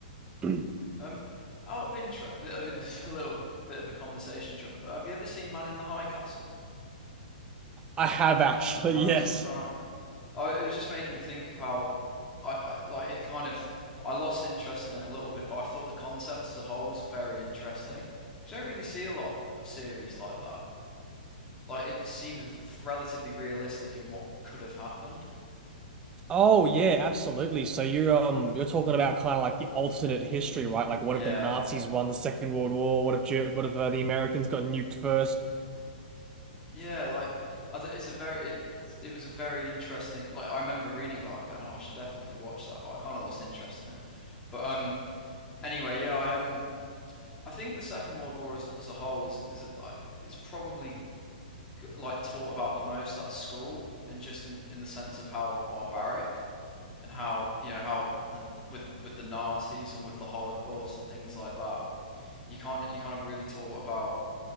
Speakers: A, on the right; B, on the left.
A: <clears throat>
B: Um, out of interest, I mean, <laughs> this is a little bit- of a conversation jump, but have you ever seen Man in the High Castle
A: I have actually,
B: on
A: <laughs> yes.
B: Amazon Prime? I, it was just making me think of how I, I like it. Kind of, I lost interest in it a little bit, but I thought the concept as a whole was very interesting. 'Cause You don't really see a lot of series like that. Like it seemed relatively realistic in what could have happened.
A: Oh yeah, absolutely. So you're um you're talking about kind of like the alternate history, right? Like what
B: Yeah,
A: if the Nazis won the Second World War? What if Ger- what if uh, the Americans got nuked first?
B: yeah. Like I do it's a very it. it was a very interesting. Like I remember reading about it and going, oh, I should definitely watch that, but I kind of lost interest in it. But um, anyway, yeah, I um, I think the Second World War as, as a whole is is I- is probably g- like taught about the most at school, and just in in the sense of how barbaric and how you know how and with with the Nazis and with the Holocaust and things like that, you kind you kind of really taught about